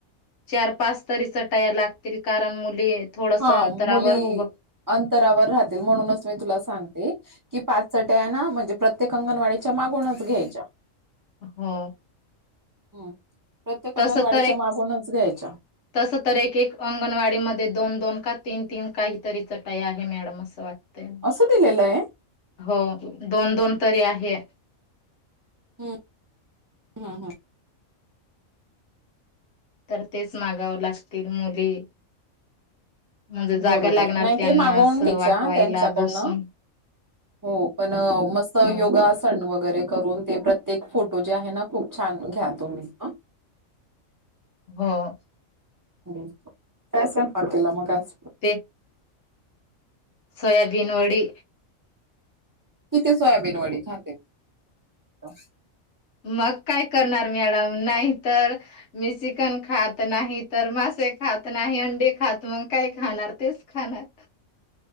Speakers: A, on the left; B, on the right.
A: चार पाच तरी चटाया लागतील, कारण मुली थोडस
B: हा
A: अंतरावर
B: मुली
A: उभं
B: अंतरावर राहतील, म्हणूनच मी तुला सांगते की पाच चट्या ना, म्हणजे प्रत्येक अंगणवाडीच्या मागूनच घ्यायच्या.
A: हो.
B: हम्म. प्रत्येक
A: तसं
B: अंगणवाडीच्या
A: तर एक,
B: मागूनच घ्यायच्या
A: तस तर एक एक अंगणवाडी मध्ये दोन दोन का तीन तीन काहीतरी चटया आहे मॅडम असं वाट तंय.
B: असं दिलेलं आहे
A: हो दोन दोन तरी आहे.
B: हम्म हं हं.
A: तर तेच मागावं लागतील. मुली म्हणजे
B: बरोबर
A: जागा लागणार
B: नाही
A: त्यांना,
B: ते मागवून
A: असं
B: घ्यायच्या
A: वाकवायला
B: त्यांच्याकडनं
A: बसून.
B: हो, पण मस्त
A: हो
B: योगासन वगैरे करून ते प्रत्येक फोटो जे आहेना खूप छान घ्या तुम्ही हा.
A: व
B: काय स्वयंपाक केला मग आज?
A: ते सोयाबीन वडी.
B: किती सोयाबीन वडी खाते? त
A: मग काय करणार मॅडम, नाहीतर मी चिकन खात नाही तर म से खात नाही, अंडी खात मग काय खाणार? तेच खाणार.